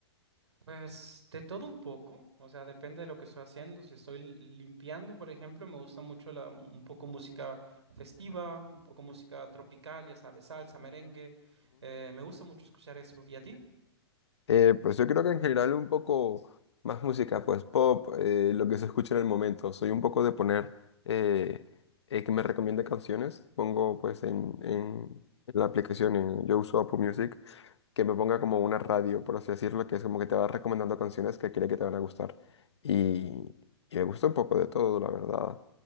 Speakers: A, on the right (about 85°); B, on the left (about 80°).
A: Pues de todo un poco, o sea, depende de lo que estoy haciendo. Si estoy limpiando, por ejemplo, me gusta mucho la, un poco música festiva, un poco música tropical, ya sabes, salsa, merengue, eh, me gusta mucho escuchar eso. ¿Y a ti?
B: Eh, pues yo creo que en general un poco más música, pues pop, eh, lo que se escucha en el momento. Soy un poco de poner eh, eh, que me recomiende canciones. Pongo pues en, en la aplicación, en, yo uso Apple Music, que me ponga como una radio, por así decirlo, que es como que te va recomendando canciones que cree que te van a gustar. Y, y me gusta un poco de todo, la verdad.